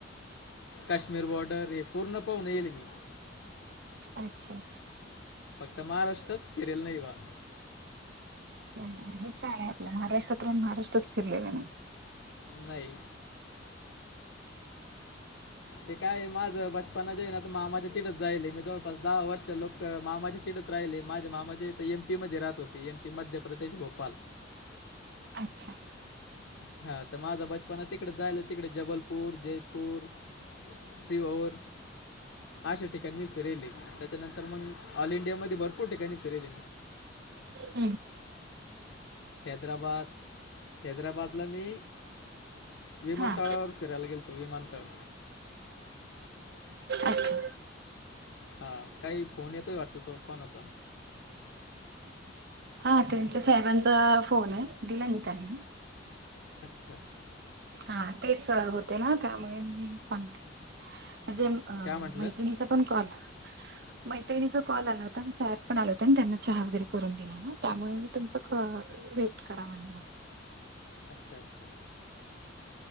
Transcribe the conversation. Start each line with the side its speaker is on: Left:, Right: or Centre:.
Left: काश्मीर बॉर्डर र पूर्ण पाहून येईल मी.
Right: अच्छा! अच्छा!
Left: फक्त महाराष्ट्रात फिरेल नाही बा.
Right: छान आहे आपलं, महाराष्ट्रात राहून महाराष्ट्रच फिरलेला नाही.
Left: नाही. ते काय माझं बचपना जे आहे ना मामाच्या तीडच जायल, मी ज पाच, दहा, वर्ष लोक मामाच्या तिक राहिले, माझे मामाझे एम पी मध्ये राहत होते. M P Madhya Pradesh Bhopal.
Right: अच्छा!
Left: हा तर माझा बचपन तिकडे जायला, तिकडे जबलपूर, जयपूर सिहोर अशा ठिकाणी मी फिरेली, त्याच्यानंतर मग ऑल इंडिया मध्ये भरपूर ठिकाणी फिरली.
Right: हम्.
Left: हैदराबाद, हैदराबादला मी विमानतळावर
Right: हा
Left: फिरायला गेलो तो विमानतळ
Right: अच्छा
Left: हा काही फोन येतोय वाटत तो कोणाचा
Right: हा त्यांच्या साहेबांचा फोन आहे. दिला नाही त्यांना.
Left: अच्छा!
Right: हा तेच होते ना त्यामुळे मी कॉन्ट म्हणजे अ
Left: काय म्हटलं
Right: मैत्रिणीचा पण कॉल मैत्रिणीचा कॉल आला होता. साहेब पण आले होते, आणि त्यांना चहा वगैरे करून दिला ना त्यामुळे तुमच क वेट करा म्हणले म
Left: अच्छा! अच्छा!